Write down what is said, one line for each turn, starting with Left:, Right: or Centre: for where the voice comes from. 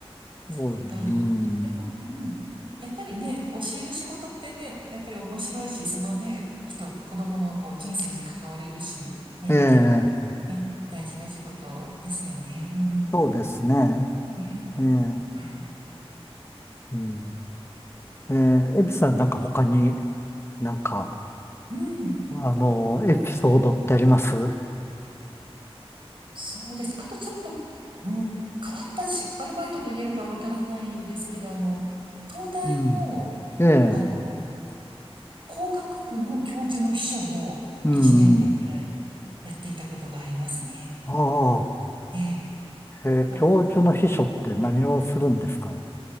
Right: そっか。
Left: え、そう、うん。
Right: でも、うん。やっぱりね、教える仕事ってね、やっぱり面白いし、そのね、人、子供のこう人生に関われるし、ね、
Left: え
Right: 結構、
Left: え、
Right: ね、大事な仕事ですよね。うん。
Left: そうですね。
Right: ね、
Left: ええ、
Right: はい。
Left: うん。ええ、エビさんなんか他になんか、
Right: うん。
Left: あの、エピソードってあります
Right: そうです。あとちょっと、うん、変わったし、アルバイトと言えるかわからないですけど、あの、東大の、
Left: うん。ええ、
Right: あの、工学部の教授の秘書を1年間ぐらいやっていたことがありますね。
Left: うん。ああ。
Right: ええ。
Left: へえ教授の秘書って何をするんですか
Right: まあ、